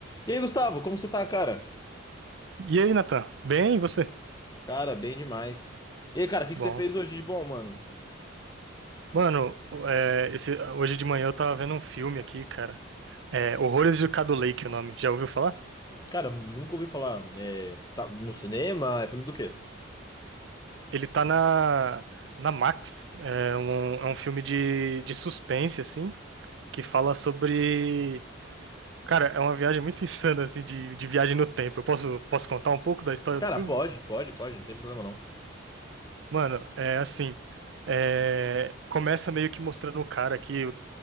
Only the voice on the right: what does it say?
E aí, Nathan? Bem, e você?
Bom,
mano, é, esse- hoje de manhã eu tava vendo um filme aqui, cara. É, Horrores de Cado Lake, o nome. Já ouviu falar?
Ele tá na, na Max. É um, é um filme de, de suspense, assim, que fala sobre. Cara, é uma viagem muito <laughs> insana, assim, de, de viagem no tempo. Eu posso, posso contar um pouco da história
do filme?
Mano, é assim. é, começa meio que mostrando o cara aqui